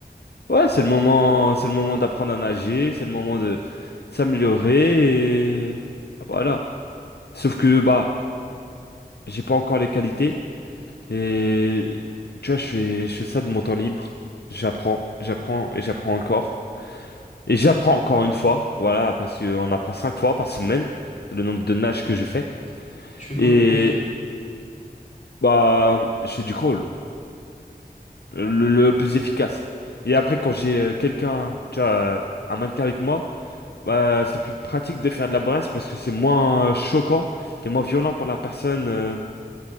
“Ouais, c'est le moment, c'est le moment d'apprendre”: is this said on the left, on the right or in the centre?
Left